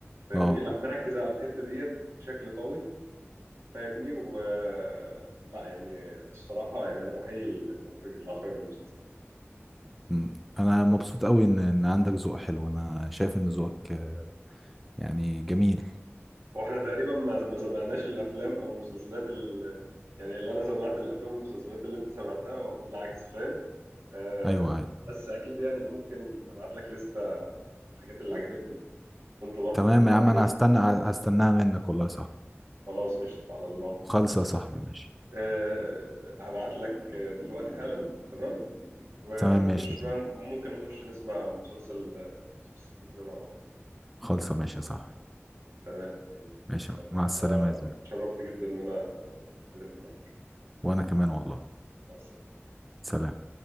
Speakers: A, on the right; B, in the centre.
A: فاهمني؟
B: اه
A: لا مركز على الحتة ديت بشكل قوي فاهمني و لا يعني الصراحة يعني أنا بحيي المخرج اللي أخرج المسلسل ده
B: أمم. انا مبسوط قوي ان ان عندك ذوق حلو انا شايف ان ذوقك آه، يعني جميل
A: وإحنا تقريبا ما ما سمعناش الأفلام أو المسلسلات اللي يعني اللي أنا سمعت الأفلام والمسلسلات اللي أنت سمعتها والعكس فاهم آه
B: ايوه ايوه
A: بس أكيد يعني ممكن أبعت لك لستة الحاجات اللي عجبتني وأنت برضو
B: تمام
A: تبعت
B: يا عم انا
A: لي
B: هستنى هستناها منك والله صح
A: خلاص قشطة على الله
B: خالصه يا صاحبي ماشي
A: آه هبعت لك آه، دلوقتي حالا تمام ونخش
B: تمام ماشي يا زميلي
A: بقى ممكن نخش نسمع مسلسل آه، يوسف الصديق ده مع بعض
B: خالصه ماشي يا صاحبي
A: تمام حبيبي
B: ماشي
A: تسلم
B: مع السلامه
A: أنا
B: يا زميلي
A: اتشرفت جدا إن أنا يعني اتكلمت معاك
B: وانا كمان والله
A: مع السلامة
B: سلام